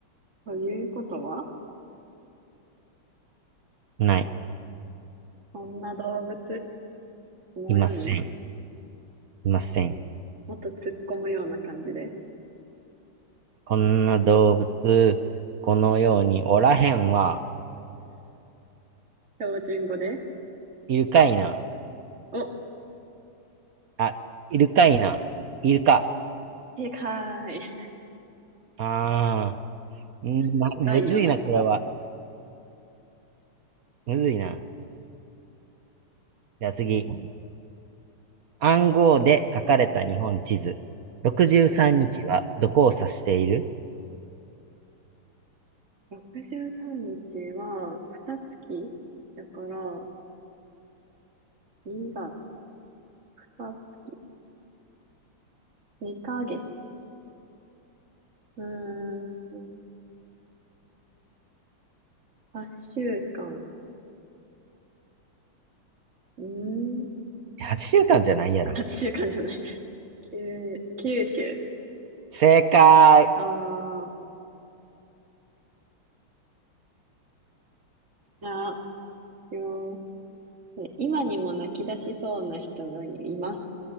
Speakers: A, on the right; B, on the right.
A: ということは、
B: ない。
A: こんな動物この世に
B: いません。いません。
A: もっと突っ込むような感じで、
B: こんな動物、このようにおらへんわ。
A: 標準語で。
B: いるかいな。
A: お、
B: あ、いるかいな。いるか。
A: でかい。
B: あー、んまむずいな、
A: <laughs> 深いよな。
B: これは。むずいな。じゃあ次。暗号で書かれた日本地図。63日はどこを指している
A: うん63日は、二月だから、2月、二月、2ヶ月。うーん、8週間。うーん、
B: ?8 週間じゃないやろ。
A: あ、8週間じゃない。9、九週。
B: 正解。
A: ああ、じゃあ、よ、え今にも泣き出しそうな人がいます。